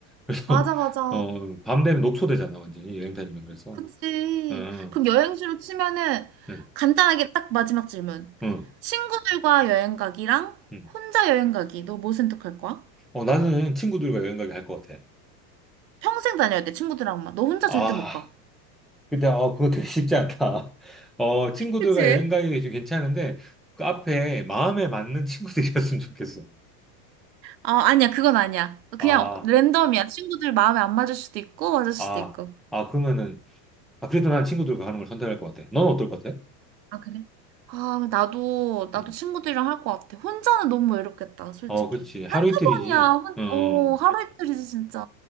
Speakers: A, in the centre; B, on the right.
A: 그래서
B: 맞아, 맞아.
A: <laughs> 어밤 되면 녹초되잖아 완전히 여행 다니면 그래서.
B: 그치.
A: 어,
B: 그럼 여행지로 치면은
A: 응,
B: 간단하게 딱 마지막 질문.
A: 응,
B: 친구들과 여행 가기랑
A: 응.
B: 혼자 여행 가기. 너 뭐 선택할 거야?
A: 어, 나는 친구들과 여행 가기 할 것 같아.
B: 평생 다녀야 돼, 친구들하고만 너 혼자
A: 아,
B: 절대 못 가.
A: 근데, 어, 그거 되게 쉽지 않다. <laughs> 어, 친구들과
B: 그치?
A: 여행 가기 좀 괜찮은데, 그 앞에 마음에 맞는 친구들이었으면 좋겠어.
B: 어, 아니야, 그건 아니야.
A: 아,
B: 그냥 랜덤이야. 친구들 마음에 안 맞을 수도 있고, 맞을 수도
A: 아,
B: 있고.
A: 아, 그러면은, 아, 그래도 난 친구들과 가는 걸 선택할 것 같아. 넌 어떨 것 같아?
B: 아, 그래? 아, 나도, 나도
A: 음.
B: 친구들이랑 할 것 같아. 혼자는 너무 외롭겠다, 솔직히.
A: 어, 그렇지. 하루
B: 한두
A: 이틀이지.
B: 번이야. 혼,
A: 어,
B: 어, 하루 이틀이지, 진짜.